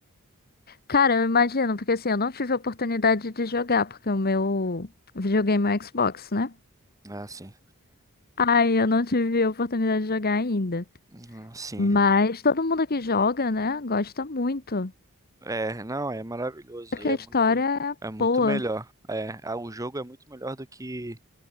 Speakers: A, on the left (about 45°); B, on the right (about 15°).
A: Cara, eu imagino, porque assim, eu não tive a oportunidade de jogar, porque o meu videogame é o Xbox, né?
B: Ah, sim.
A: Aí eu não tive a oportunidade de jogar ainda.
B: Hum, Sim.
A: Mas todo mundo que joga, né, gosta muito.
B: É, não, é maravilhoso
A: Porque
B: e
A: a
B: é muito,
A: história é
B: é muito
A: boa.
B: melhor. É, ah, o jogo é muito melhor do que